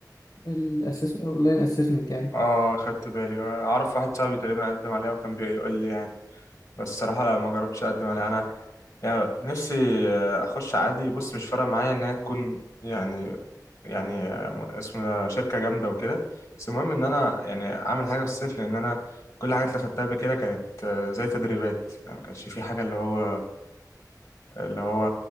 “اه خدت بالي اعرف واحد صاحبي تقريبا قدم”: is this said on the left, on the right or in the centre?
Left